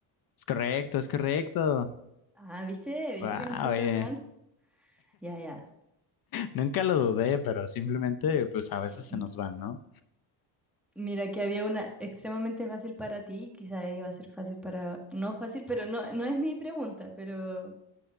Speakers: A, on the left (about 55°); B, in the centre.
A: Es correcto, es correcto.
B: Ah, viste, viste
A: Wow,
B: que no estoy tan
A: oye.
B: mal. Ya, ya.
A: Nunca lo dudé, pero simplemente, pues a veces
B: Ujú.
A: se nos van, ¿no?
B: Mira que había una extremadamente fácil para ti, quizás iba a ser fácil para... No fácil, pero no, no es mi pregunta, pero